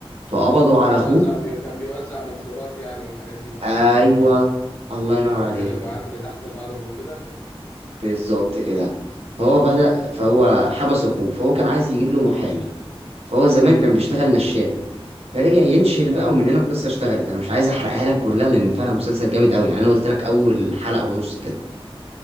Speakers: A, on the right; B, on the left.
A: فقبضوا على
B: بيوزع
A: أخوه
B: بي... كان بيوزع منشورات يعني والحاجات دي بتاعت
A: أيوه
B: زمان دي
A: الله ينور
B: والتجمعات
A: عليك
B: اللي تحت الارض وكده
A: بالظبط كده فهو بدأ فهو حبس أخوه فهو كان عايز يجيب له محامي فهو زمان كان بيشتغل نشال فرجع ينشل
B: اه
A: بقى ومن هنا القصة اشتغلت أنا مش عايز أحرقها لك كلها لأن فعلا مسلسل جامد قوي يعني أنا قلت لك أول حلقة ونص كده